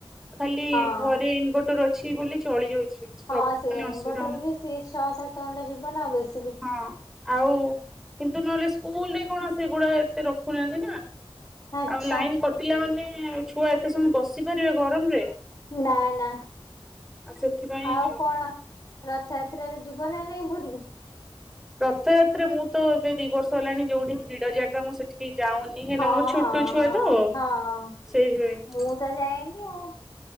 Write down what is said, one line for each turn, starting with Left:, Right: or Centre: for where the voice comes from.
Centre: ଖାଲି
Left: ହଁ।
Centre: ଘରେ ଇନଭଟର ଅଛି ବୋଲି ଚଳି ଯାଉଛି।
Left: ହଁ
Centre: ମାନେ
Left: ସେଇଆ
Centre: ଅସୁବିଧା
Left: ଇନଭର୍ଟର
Centre: ହଉନି
Left: ବି ସିଏ ଛଅ ସାତ ଘଣ୍ଟା ଯିବ ନା ବେଶ
Centre: ହଁ ଆଉ କିନ୍ତୁ ନହେଲେ ସ୍କୁଲ ରେ କଣ ସେଗୁଡା ଏତେ ରଖୁନାହାନ୍ତି ନା
Left: ଆଚ୍ଛା
Centre: ଆଉ ଲାଇନ୍ କ୍ ପିଲାମାନେ ଛୁଆ ଏତେ ସମୟ ବସି ପାରିବେ ଗରମ ରେ?
Left: ନା ନା
Centre: ସେଥିପାଇଁ
Left: ଆଉ କଣ? ରଥଯାତ୍ରାରେ ଯିବ ନା ନାଇଁ ଭୂରି?
Centre: ରଥଯାତ୍ରା ମୁଁ ତ ଏବେ ଦି ବର୍ଷ ହେଲାଣି ଯୋଉଠି ଭିଡ ଜାଗା ମୁଁ ସେଠିକି ଯାଉ ନି ହେନା
Left: ହଁ
Centre: ମୋ ଛୋଟ
Left: ହଁ
Centre: ଛୁଆ ତ
Left: ହଁ ହଁ
Centre: ସେଇଥିପାଇଁ।
Left: ମୁଁ ତ ଯାଏନି ଆଉ।